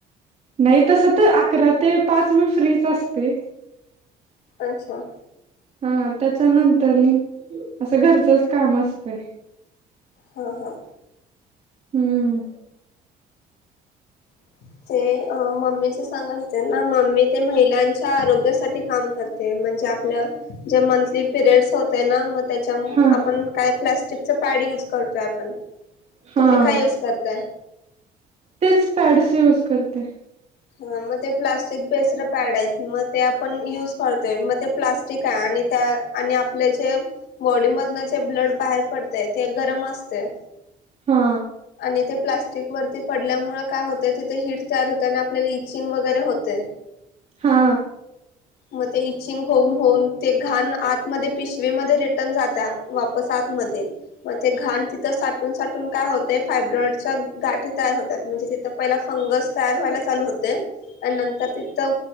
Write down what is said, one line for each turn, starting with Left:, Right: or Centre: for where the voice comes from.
Right: नाही तस तर अकरा ते पाच मी फ्रीच असते.
Left: अच्छा
Right: हा त्याच्यानंतर मी असं घरचच काम असतंय.
Left: ह ह
Right: हुं
Left: <inaudible> ते मम्मीच सांगत होते ना मम्मी ते महिलांच्या आरोग्यासाठी काम करते, म्हणजे आपलं जे मंथली पिरियडस होतय ना मग त्याच्या
Right: हा
Left: आपण काय प्लस्टिकच पॅड युज करतोय आपण
Right: हा
Left: तुम्ही काय यूज करताय?
Right: तेच पॅडस यूज करते.
Left: हा मग ते प्लास्टिक बेस्ड पॅड आहेत मग ते आपण युज करतोय मग ते प्लास्टिक आहे आणि त्या आणि आपले जे बॉडीमधनं जे ब्लड बाहेर पडतयं ते गरम असतय
Right: हा
Left: आणि ते प्लास्टिक वरती पडल्यामुळं काय होतंय तिथं हीट तयार होत्याआणि आपल्याला इचिगं वगैरे होतय
Right: हा
Left: मग ते इचिंग होऊन होऊन ते घाण आत मध्ये पिशवीमध्ये रिटर्न जात्या वापस आत मध्ये मग ते घाण तिथं साठ साठून साठून काय होतय फायब्रॉडच्या गाठी तयार होत्यात म्हणजे तिथं पहिला फंगस तयार व्हायला चालू होतेय. आणि नंतर तिथं